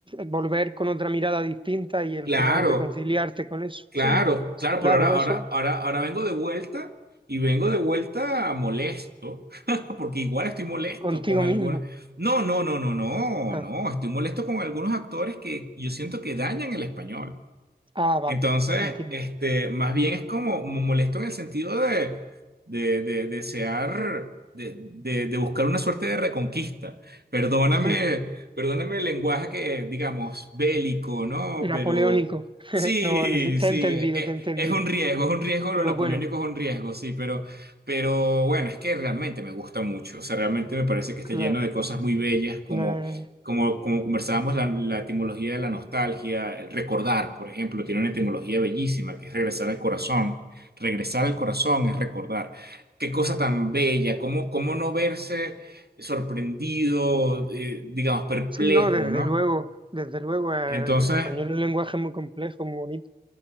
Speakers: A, on the right; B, on the right.
A: volver con otra mirada distinta y al
B: Claro,
A: final reconciliarte con eso.
B: claro,
A: Sí,
B: claro,
A: claro,
B: pero ahora, ahora,
A: eso
B: ahora, ahora vengo de vuelta y vengo de vuelta molesto, <laughs> porque igual estoy molesto
A: contigo
B: con algunos.
A: mismo.
B: No, no, no, no, no,
A: Ah,
B: no, estoy molesto con algunos actores que yo siento que dañan el español.
A: ah, vale,
B: Entonces,
A: entiendo.
B: este, más bien es como mo- molesto en el sentido de, de, de desear, de, de- de buscar una suerte de reconquista. Perdóname,
A: Sí,
B: perdóname el lenguaje que, digamos, bélico, ¿no?
A: napoleónico.
B: Pero
A: <laughs>
B: sí,
A: No, no sé, te
B: sí,
A: he entendido,
B: e- e-,
A: te he entendido.
B: es, un riesgo, es un riesgo,
A: Pero
B: lo napoleónico
A: bueno,
B: es un riesgo, sí, pero, pero bueno, es que realmente me gusta mucho. O sea, realmente me parece que está
A: claro.
B: lleno de
A: al
B: cosas muy bellas,
A: final-
B: como, como conversábamos, la, la etimología de la nostalgia, el recordar, por ejemplo, tiene una etimología bellísima, que es regresar al corazón. Regresar al corazón es recordar. Qué cosa tan bella, cómo, cómo no verse sorprendido, eh, digamos, perplejo,
A: Sí, no, desde
B: ¿no?
A: luego, desde luego. eh,
B: Entonces,
A: El español es un lenguaje muy complejo, muy bonito.